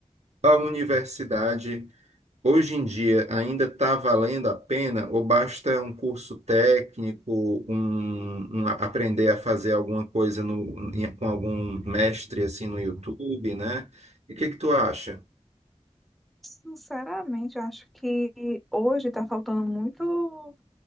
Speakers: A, on the right; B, in the centre.
A: a universidade Hoje em dia ainda está valendo a pena ou basta um curso técnico, um, um a- aprender a fazer alguma coisa no- em- com algum mestre assim no YouTube, né? E o que que tu acha?
B: Sinceramente, eu acho que hoje está faltando muito,